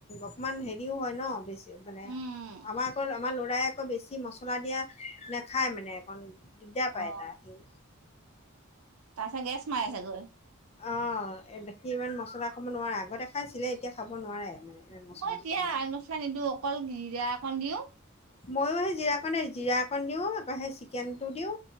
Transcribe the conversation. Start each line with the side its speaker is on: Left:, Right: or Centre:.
Left: অকমান হেৰিও হয় ন বেছি মানে
Right: উম উম
Left: আমাৰ আকৌ আমাৰ ল'ৰাই আকৌ বেছি মছলা দিয়া নাখায় মানে অকণ দিগদাৰ পায়
Right: অ
Left: এটা আহিল
Right: তাৰ ওচৰত গেছ নাই চাগৈ
Left: অ কি ইমান মছলা খাব নোৱাৰে আগতে খাইছিলে এতিয়া খাব নোৱাৰে মানে
Right: <unintelligible>
Left: ইমান মছলা চছলা। ময়ো সেই জিৰাকণে জিৰা অকণ দিওঁ আকৌ সেই চিকেনটো দিওঁ